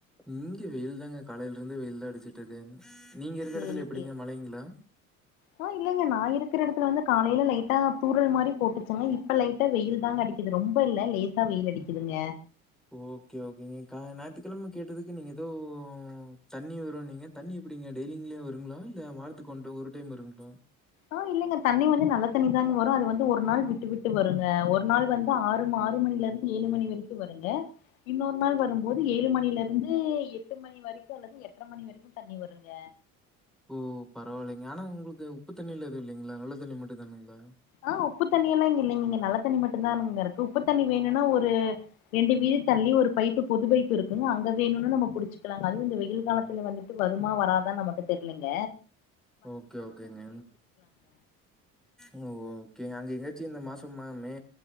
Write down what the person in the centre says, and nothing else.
ம் வெயில் தாங்க காலைல இருந்து வெயில்தா அடிச்சிட்டு இருக்குங் நீங்க இருக்கிற
எடத்துல எப்பிடிங்க
மழைங்ளா
ஓகே ஓகேங்க கா ஞாயித்துக்கெழம கேட்டதுக்கு நீங்க ஏதோ தண்ணி வருன்னிங்க தண்ணி எப்பிடிங்க டெய்லிங்லே வருங்ளா இல்ல வாரத்துக்கு ஒன் டொ ஒரு டைம் வருங்ளா
ஓ பரவால்லைங்க ஆனா உங்குளுக்கு உப்பு தண்ணில்லா எதுவு இல்லைங்ளா நல்ல தண்ணி மட்டு தானுங்ளா
ஓகே ஓகேங்க ஓ கேங்க அங்க எங்கயாச்சி இந்த மாசம் மே